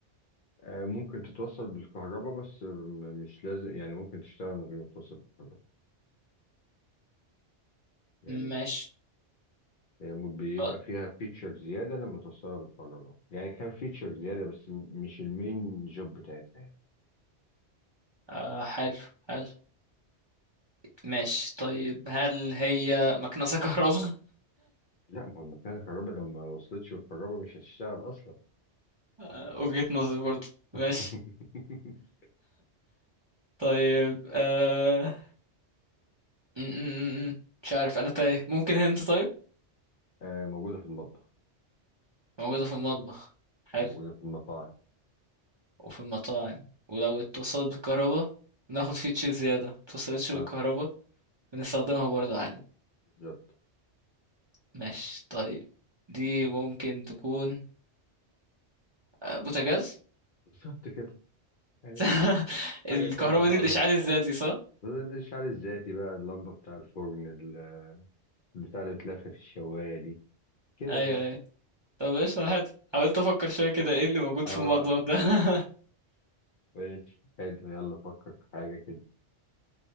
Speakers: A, on the left; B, on the right.
A: آه، ممكن تتوصل بالكهرباء بس م- مش لازم يعني ممكن تشتغل من غير ما توصل بالكهرباء يعني
B: ماشي
A: هي م- بيبقى
B: طيب.
A: فيها فيتشر زيادة لما توصلها بالكهرباء يعني كان فيتشر زيادة بس م- مش المين جوب بتاعتها يعني
B: آه حلو حلو ماشي طيب هل هي مكنسة كهرباء <laughs>
A: لا ما هو المكنة الكهرباء لو ما وصلتش بالكهرباء مش هتشتغل أصلا
B: آه، وجهة نظر برضه ماشي
A: <laughs>
B: طيب آه... م- م- م- م. مش عارف انا تايه ممكن هنت طيب
A: آه، موجودة في المطبخ
B: موجودة في المطبخ حلو
A: موجودة في المطاعم
B: وفي المطاعم ولو اتصلت بالكهرباء بناخد فيتشر زيادة متصلتش
A: اه
B: بالكهرباء بنستخدمها برضه عادي
A: بالظبط
B: ماشي طيب دي ممكن تكون آه، بوتاجاز
A: بالظبط كده يعني
B: <laughs> الكهرباء
A: حاجة سهلة خالص
B: دي الإشعال الذاتي صح؟
A: ده ده الشعر الذاتي بقى اللمبة بتاع الفرن ال- البتاع اللي بتلف في الشواية دي كده
B: أيوه
A: يعني
B: أيوه طب إيش حلو حاولت أفكر شوية كده إيه اللي موجود
A: اه
B: في المطبخ ده <laughs>
A: ماشي حلو يلا فكر في حاجة كده